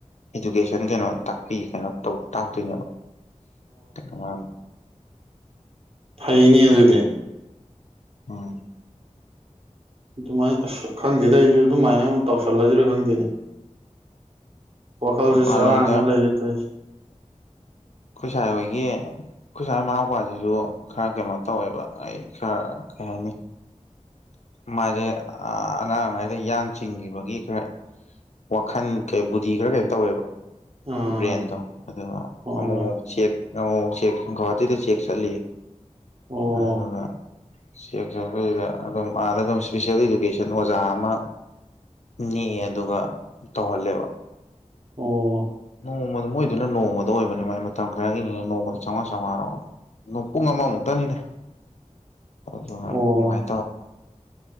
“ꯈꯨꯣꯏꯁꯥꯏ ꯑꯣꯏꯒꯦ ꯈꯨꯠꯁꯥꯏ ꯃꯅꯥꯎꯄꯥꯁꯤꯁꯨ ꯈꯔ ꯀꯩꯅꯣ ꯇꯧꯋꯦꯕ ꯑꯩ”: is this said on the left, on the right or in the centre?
Left